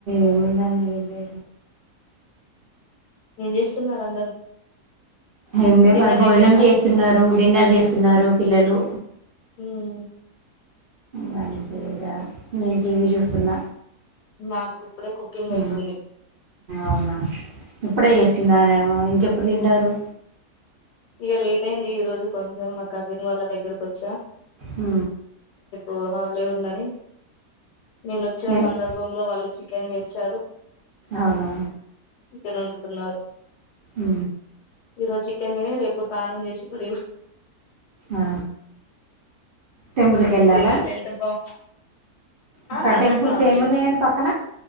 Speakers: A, on the right; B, on the left.
A: ఏముందండి ఏ
B: ఏం చేస్తున్నారు అందరు
A: ఏమి లే
B: డిన్నర్
A: మరి భోజనం
B: అయిపోయిందా
A: చేస్తున్నారు డిన్నర్ చేస్తున్నారు పిల్లలు
B: ఉమ్
A: గంతే ఇగ నేను టీవీ చూస్తున్న
B: మాకు ఇప్పుడే కుకింగ్
A: ఉ
B: అయితుంది
A: అవునా ఇప్పుడే
B: ఉమ్
A: చేస్తున్నారు ఆ ఇంకెప్పుడు తింటారు
B: ఇగా లేట్ అయింది ఈ రోజు కొంచెం మా కజిన్ వాళ్ళ దగ్గరక వచ్చా
A: ఉ
B: ఒహలే ఉందని నేను వచ్చిన
A: ఎల్-
B: సందర్భంలో వాళ్ళు చికెన్ తెచ్చారు
A: అవునా
B: చికెన్ వండుతున్నారు
A: ఉ
B: ఈరో చికన్నే రేపు తానం చేసి గుడి
A: ఆ టెంపుల్ కెల్లాల
B: అట్లా ఎంత బా
A: అక్కడ
B: ఆ అర్ధం
A: టెంపుల్స్
B: కావట్లేదు
A: ఏమి ఉన్నాయండి పక్కన